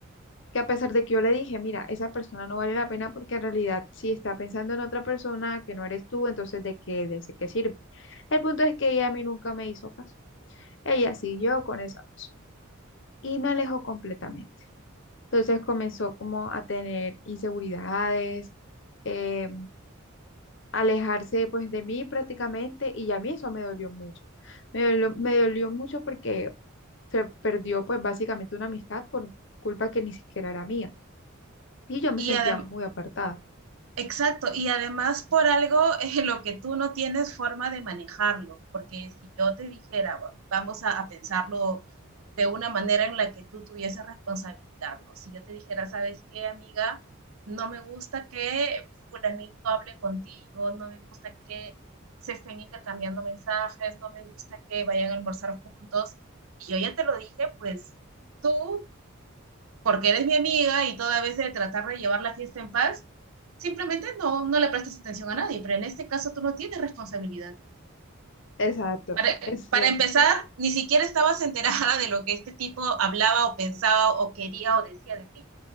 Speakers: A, on the left; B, on the right.
A: que a pesar de que yo le dije, mira, esa persona no vale la pena porque en realidad si está pensando en otra persona que no eres tú, entonces ¿de qué, de qué sirve? El punto es que ella a mí nunca me hizo caso. Ella siguió con esa opción y me alejó completamente. Entonces comenzó como a tener inseguridades, eh, alejarse pues de mí prácticamente y a mí eso me dolió mucho. Me dolió, me dolió mucho porque se perdió pues básicamente una amistad por culpa que ni siquiera era mía y yo me
B: Y
A: sentía
B: además,
A: muy apartada.
B: exacto, y además por algo eh, lo que tú no tienes forma de manejarlo, porque si yo te dijera, "Va- vamos a, a pensarlo de una manera en la que tú tuvieses responsabilidad, ¿no? Si yo te dijera, ¿sabes qué, amiga? No me gusta que fulanito hable contigo, no me gusta que se estén intercambiando mensajes, no me gusta que vayan a almorzar juntos. Y yo ya te lo dije, pues tú, porque eres mi amiga y toda vez de tratar de llevar la fiesta en paz, simplemente no, no le prestas atención a nadie, pero en este caso tú no tienes responsabilidad.
A: Exacto,
B: Para,
A: esa es
B: para
A: la
B: empezar,
A: cuestión.
B: ni siquiera estabas enterada de lo que este tipo hablaba o pensaba o quería o decía de ti.